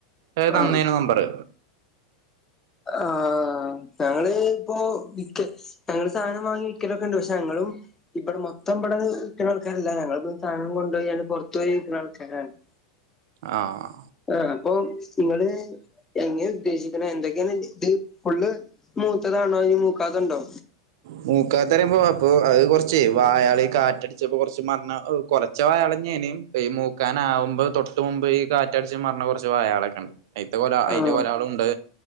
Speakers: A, on the right; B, on the left.
A: ആഹാ തന്നേനു
B: ആഹ്
A: നമ്പറ്
B: ആ ഞങ്ങള് ഇപ്പോ മിക്കെ ഞങ്ങള്, സാനം വാങ്ങി, വിക്കലൊക്കെ, ഉണ്ട്, പക്ഷെ, ഞങ്ങളും ഇബടെ മൊത്തം, ഇബടെ, വിൽക്കണ, ആൾക്കാരല്ല, ഞങ്ങൾപ്പോ, സാധനം കൊണ്ടോയി, ഞങ്ങള്, പൊർത്തോയി, വിക്കണ ആൾകാരാണ്. <inaudible>
A: ആഹ്.
B: ആഹ്, അപ്പൊ, നിങ്ങള്, എങ്ങനെ ഉദ്ദേശിക്കണെ, എന്തൊ അനെ, ഇത്, ഫുള്ള് മൂത്തതാണോ? അതോ, മൂക്കാതണ്ടോ?
A: മൂക്കാത്തറിയുമ്പോ, അപ്പൊ അത്, കൊറച്ച് വായാള്, കാറ്റടിച്ചപ്പോ, കൊറച്ച്, മർഞ്ഞ എ് കൊലച്ച വായള്ന്നെയ്ഞ്ഞി, ഈ മൂക്കാനാവുമ്പോ, തൊട്ട് മുമ്പ് ഈ, കാറ്റടിച്ച്, മറഞ്ഞ കൊറച്ച്, വായളൊക്കെ, ഇണ്ട്. അയ്ത്തെ, കൊല അയിന്റെ,
B: ആഹ്
A: കൊലാളുണ്ട്,